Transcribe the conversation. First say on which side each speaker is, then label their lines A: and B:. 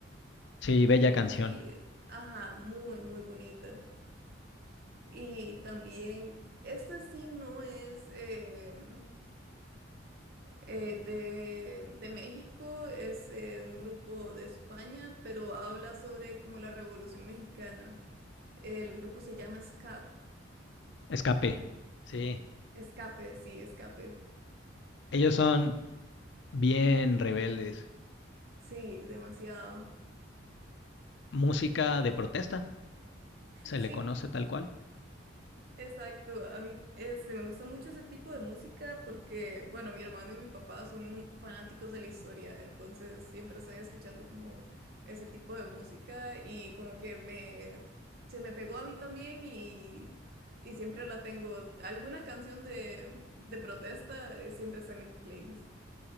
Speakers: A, on the left (about 60°); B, on the right (about 50°).
A: Sí, bella
B: Pero
A: canción.
B: sí, ajá, muy, muy bonita. Y también, este sí no es em, eh, de, de México, es eh, un grupo de España, pero habla sobre como la Revolución Mexicana. El grupo se llama SCAP.
A: Escape. Sí.
B: Escape, sí, escape.
A: Ellos son bien rebeldes.
B: Sí, demasiado.
A: Música de protesta, se
B: Sí,
A: le conoce tal cual.
B: Exacto, a mí este, me gusta mucho ese tipo de música porque, bueno, mi hermano y mi papá son fanáticos de la historia, entonces siempre están escuchando como ese tipo de música y como que me, se me pegó a mí también y, y siempre la tengo. Alguna canción de, de protesta eh, siempre está en mi playlist.